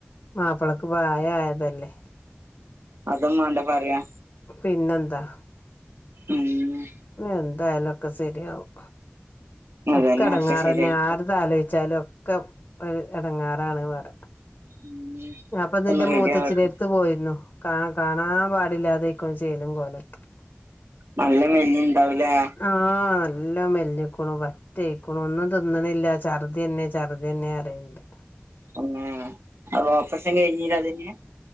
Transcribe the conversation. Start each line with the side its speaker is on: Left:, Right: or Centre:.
Left: മാപ്പളക്ക് പ്രായായതല്ലേ.
Right: അതും വാണ്ടേ പറയാ.
Left: പിന്നെന്താ?
Right: പിന്നെ
Left: എന്തായാലൊക്കെ സെരിയാവും.
Right: അതന്നെ
Left: ഒക്ക എടേങ്ങാറന്നെ,
Right: ഒക്കെ ശരിയാക്കി
Left: ആരതാലോയിച്ചാലും. ഒക്കെ ഒരു ഇടങ്ങാറാണ് പറ.
Right: ഉം
Left: ഞാപ്പൊ ദാ
Right: ഒന്ന്
Left: ന്റെ
Right: റെഡി
Left: മൂത്തച്ചിടെ
Right: ആവട്ടെ
Left: പോയിരുന്നു. കാ കാണാൻ പാടില്ലാതെയ്ക്കും ചേലും കോലെക്കെ.
Right: നല്ല മെല്ലിഞ്ഞീണ്ടാവുലേ?
Left: ആഹ് നല്ല മെലിഞ്ഞുക്കുണു പ തേക്കുണു ഒന്നും തിന്നണില്ല ചറുതിയ ന്നെ ചറുദിയന്നെഅറിയണ്ട്.
Right: അന്നെ ഓപ്പറേഷൻ കഴിഞ്ഞലതിന്?